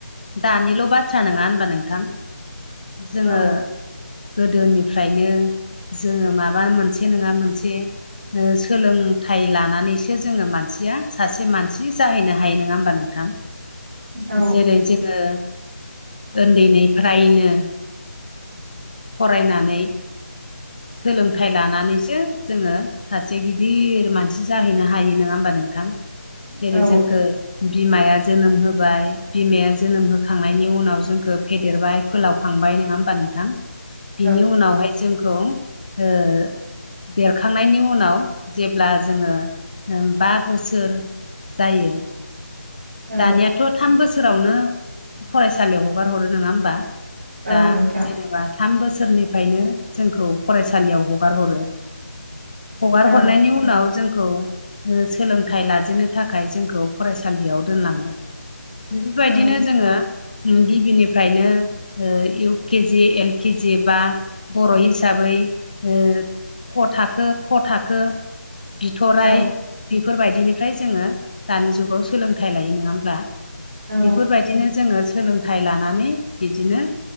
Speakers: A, on the left; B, on the right.
A: दानिल' बाथ्रा नङा होनबा नोंथां जोङो
B: औ
A: गोदोनिफ्रायनो जोङो माबा मोनसे नङा मोनसे सोलोंथाइ लानानैसो जोङो मानसिया सासे मानसि जाहैनो हायो नङा ओमबा नोंथां
B: औ
A: जेरै जोङो उन्दैनिफ्रायनो फरायनानै सोलोंथाइ लानानैसो जोङो सासे गिदिर मानसि जाहैनो हायो नङा ओमबा नोंथां जेरै
B: औ
A: जोंखौ बिमाया जोनोम होबाय बिमाया जोनोम होखांनायनि उनाव जोंखौ फेदेरबाय फोलावखांबाय नङा होमबा नोंथां
B: <inaudible>
A: बिनि उनावहाय जोंखौ ओ देरखांनायनि उनाव जेब्ला जोङो बा बोसोर जायो
B: औ
A: दानियाथ' थाम बोसोरावनो फरायसालियाव हगार हरो नङा होमबा
B: औ
A: दा
B: नोंथां
A: जेनेबा थाम बोसोरनिफ्रायनो जोंखौ फरायसालियाव हगार हरो हगार
B: औ
A: हरनायनि उनाव जोंखौ सोलोंथाइ लाजेननो थाखाय जोंखौ फरायसालियाव दोनलाङो बेफोरबायदिनो
B: औ
A: जोङो गिबिनिफ्रायनो इउ केजि एल केजि बा बर' हिस साबै ओ क थाखो ख थाखो बिथराय
B: औ
A: बेफोरबायदिनिफ्राय जोङो दानि जुगाव सोलोंथाइ लायो नङा होमब्ला
B: औ
A: बेफोरबायदि बिदिनो जोङो सोलोंथाइ लानानै बिदिनो